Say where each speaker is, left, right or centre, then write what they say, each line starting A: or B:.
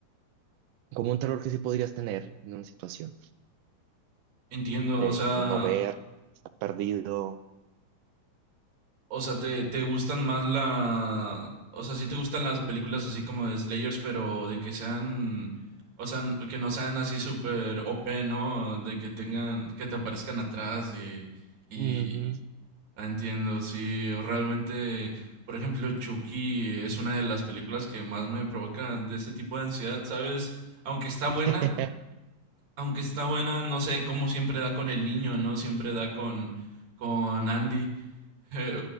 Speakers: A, on the right; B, on the right.
A: como un terror que sí podrías tener en una situación
B: entiendo,
A: de
B: o sea,
A: no, no ver, estar perdido.
B: o sea, te, te gustan más la, o sea, sí te gustan las películas así como de Slayers, pero de que sean, o sea, n- que no sean así súper OP, ¿no? De que tengan, que te aparezcan atrás y, y,
A: Ujú.
B: Entiendo, sí, realmente, por ejemplo, Chucky es una de las películas que más me provocan de ese tipo de ansiedad, ¿sabes? Aunque está
A: <laughs>
B: buena, aunque está buena, no sé cómo siempre da con el niño, ¿no? Siempre da con, con Andy. <laughs> Eh,